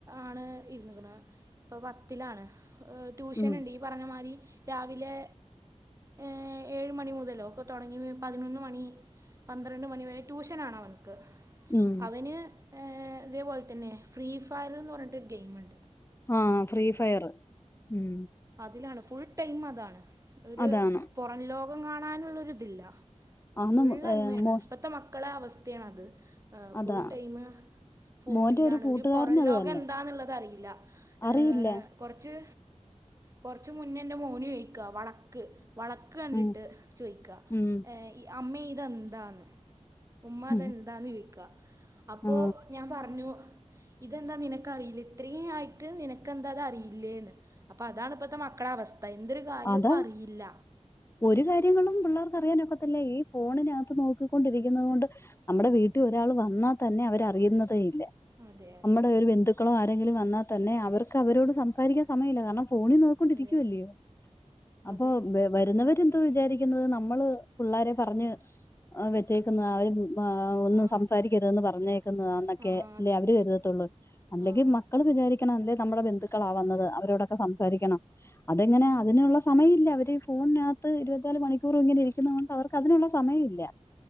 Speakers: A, on the right; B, on the left.
A: ആണ് ഇര്ന്ന്ക്ക്ണ് ഇപ്പൊ പത്തിലാണ്. ഏഹ് ട്യൂഷന്ണ്ട്
B: ഉം
A: ഈ പർഞ്ഞ മാരി രാവിലെ ഏഹ് ഏഴ് മണി മുതലൊക്കെ തൊടങ്ങ് ണെ പതിനൊന്ന് മണി പന്ത്രണ്ട് മണിവരെ ട്യൂഷനാണ് അവൻക്ക്
B: ഉം
A: അവന് ഏഹ് ഇത് അതേപോല് തെന്നെ ഫ്രീ ഫയർന്ന് പർഞ്ഞിട്ടൊരു ഗെയിമ്ണ്ട്
B: ആഹ് ഫ്രീ ഫയറ് ഉം
A: അതിലാണ് ഫുൾ ടൈം അതാണ് ഒര്
B: അതാണ്
A: പൊറം ലോകം കാണാന്ള്ളൊര് ഇതില്ല
B: അന്ന്
A: ഫോണാണ്
B: ഏഹ്
A: എ
B: മോ
A: ഇപ്പത്തെ മക്കളെ അവസ്‌ഥേണത് ഏഹ് ഫുൾ
B: അതാ
A: ടൈമ് ഫോണിലാണ്
B: മോന്റെ ഒരു കൂട്ടുകാരന്
A: ഒര് പൊറം
B: അത്
A: ലോകം
B: തന്നെ
A: എന്താന്ന്ള്ളത് അറിയില്ല ഏഹ്
B: അറിയില്ല
A: കൊറച്ച് കൊറച്ച് മുന്നെന്റെ മോന് ചോയിക്ക വളക്ക് വള ക്ക് കണ്ടിട്ട്
B: ഉം
A: ചോയിക്ക
B: ഉം
A: ഏഹ് ഇ അമ്മേ ഇതെന്താന്ന് ഉമ്മ അതെന്താന്ന്
B: ഉം
A: ചോയിക്കാ അപ്പൊ
B: ആ.
A: ഞാൻ പർഞ്ഞു ഇതെന്താ നിനക്കറിയില്ലേ ഇത്രേ ആയിട്ട് നിനക്കെന്താ അതറിയില്ലേന്ന് അപ്പതാണ് ഇപ്പത്തെ മക്കളവസ്ഥ എന്തൊരു കാര്യോം
B: അതാ
A: പ്പറിയില്ല
B: ഒരു കാര്യവും ഈ പിള്ളേർക്കറിയാനൊക്കത്തില്ല ഈ ഫോണിനകത്ത് നോക്കിക്കൊണ്ടിരിക്കുന്നത് കൊണ്ട് നമ്മടെ വീട്ടി ഒരാള് വന്നാ തന്നെ അവരറിയുന്നതേ ഇല്ല
A: അതെ അതെ
B: നമ്മടെ ഒരു ബന്ധു ക്കളാരെങ്കിലും വന്നാ തന്നെ അവര്ക്ക് അവരോട് സംസാരിക്കാൻ സമയല്ല കാരണം ഫോണില് കൊണ്ടിരിക്കുവല്ലയോ
A: അതെ
B: അപ്പൊ
A: അതെ
B: <unintelligible> വര്ന്നവരെന്ത് വിചാരിക്കുന്നത് നമ്മള് പിള്ളാരെ പറഞ്ഞ് എഹ് വെച്ചേക്കുന്ന ആ ഒര് ആഹ് ഒന്നും
A: ആ
B: സംസാരിക്കരുതന്ന് പറഞ്ഞേക്കുന്നന്നൊക്കെ
A: ആ അതെ
B: ല്ലേ അവര് കരുതത്തൊള്ളൂ അല്ലെങ്കി
A: ആ
B: മ ക്കള് വിചാരിക്കണം അല്ലേ നമ്മടെ ബന്ധുക്കളാ വന്നത് അവരോടൊക്കെ സംസാരിക്കണം അതെങ്ങനെ അതിനുള്ള സമയല്ല അവര് ഫോണിനകത്ത് ഇരുപത്തിനാല് മണിക്കൂർ ഇങ്ങനെ ഇരിക്കുന്ന കൊണ്ട് അവർക്ക് അതിനുള്ള സമയമില്ല